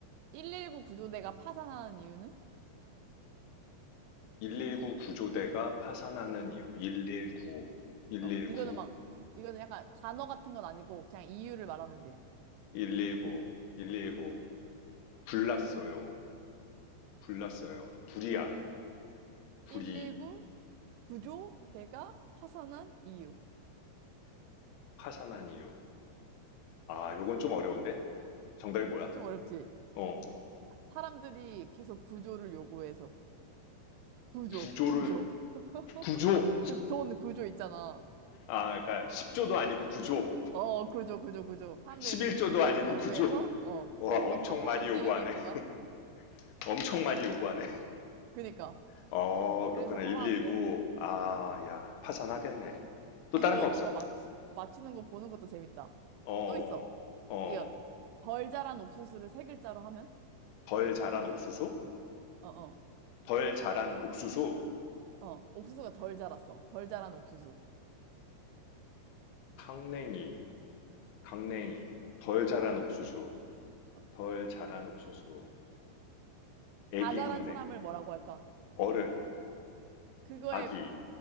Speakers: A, on the right; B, on the left.
A: 119 구조대가 파산하는 이유는?
B: 119 구조대가 파산하는 이유 119 119
A: 어, 이거는 막, 이거는 약간 단어 같은 건 아니고 그냥 이유를 말하면 돼.
B: 119 119 불났어요 불났어요 불이야 불이
A: 119 구조대가 파산한 이유.
B: 파산한 이유 아 요건 좀 어려운데 정답이 뭐야?
A: 좀 어렵지?
B: 어
A: 사- 사람들이 계속 구조를 요구해서. 구조,
B: 구조를
A: 구조. <laughs>
B: 구조
A: 그 돈 구조 있잖아.
B: 아 그러니까 10조도 아니고 구조
A: 어, 구조, 구조, 구조. 사람들이
B: 11조도
A: 계속 구조를
B: 아니고
A: 요구해서,
B: 구조
A: 어,
B: 와
A: 그래서
B: 엄청
A: 파산한대,
B: 많이 요구하네
A: 119가.
B: <laughs> 엄청 많이 요구하네
A: 그니까.
B: 어
A: 그래서
B: 그렇구나
A: 파산한대.
B: 119 아 야 파산하겠네 또
A: 이거
B: 다른 거 없어?
A: 너가 맞추, 맞추는 거 보는 것도 재밌다.
B: 어
A: 또 있어.
B: 어.
A: 이거 덜 자란 옥수수를 세 글자로 하면?
B: 덜 자란 옥수수?
A: 어, 어,
B: 덜 자란 옥수수?
A: 어. 옥수수가 덜 자랐어. 덜 자란 옥수수.
B: 강냉이, 강냉이. 덜 자란 옥수수,
A: 어.
B: 덜 자란 옥수수. 애기
A: 다 자란
B: 강냉,
A: 사람을 뭐라고 할까?
B: 어른,
A: 그거에
B: 아기,